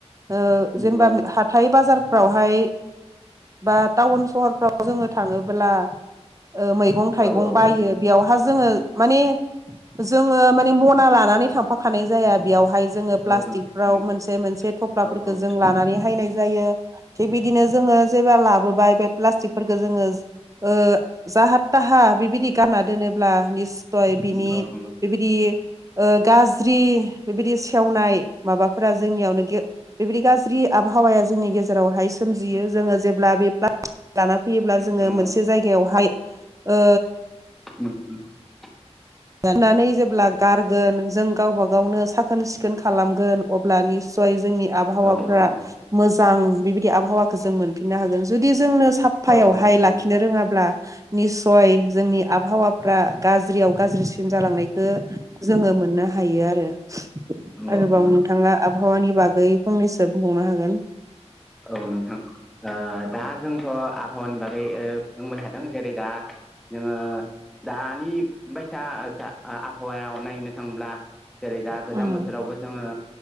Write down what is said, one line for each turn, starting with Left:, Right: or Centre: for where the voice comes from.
Right: ओ
Centre: नंगौ
Right: जेनेबा
Centre: नंगौ
Right: हाथाय बाजार फ्रावहाय बा टाउन सहरफ्राव जोङो थाङोबोला ओ मैगं थाइगं
Centre: औ औ
Right: बायो
Centre: औ
Right: बेयावहा जोङो माने जोङो ने मना लानानै थांफाखानाय जाया बेयावहाय जोङो
Centre: नंगौ
Right: प्लास्टिकफ्राव
Centre: औ नंगौ
Right: मोनसे मोनसे थ'फ्लाफोरखौ
Centre: औ औ
Right: जों लानानै हायनाय जायो थिग बिदिनो जोङो जेब्ला लाबोबाय बे प्लास्टिकफोरखो जोङो ओ जाहा थाहा बिबायदि गाना दोनोब्ला निस सय बिनि
Centre: औ नंगौ
Right: बेबायदि ओ गाज्रि बेबायदि सेवनाय माबाफोरा जोंनियावनो गेव बेबायदि गाज्रि आबहावाया जोंनि गेजेरावहाय सोमजियो जोङो जेब्ला बे बा लाना फैयोब्ला जोङो
Centre: नंगौ
Right: मोनसे जायगायावहाय ओ
Centre: <unintelligible>
Right: दनानै जेब्ला गारगोन जों गावब गावनो साखोन सिखोन खालामगोन अब्लानि सय जोंनि आबहावाफ्रा
Centre: औ औ
Right: मोजां बेबायदि आबहावाखौ जों मोनफिननो हागोन। जुदि जोंनो साफ्फायावहाय
Centre: औ औ नंगौ
Right: लाखिनो रोङाब्ला निसय जोंनि आबहावाफ्रा गाज्रियाव गाज्रिसिन सिन जालांनायखो जोङो मोननो हायो आरो।
Centre: नंगौ
Right: आरोबाव
Centre: नंगौ
Right: नोंथाङा आब हावानि बागै फंनैसो बुंबावनो हागोन।
Centre: औ नोंथां ओ दा जोंथ' आबहावानि बागै ओ बुंबाय थादों जेरै दा जोङो दानि बायसा आसा ओ आबहावायाव नायनो थाङोब्ला जेरै दा गोजां
Right: उम
Centre: बोथोरावबो जोङो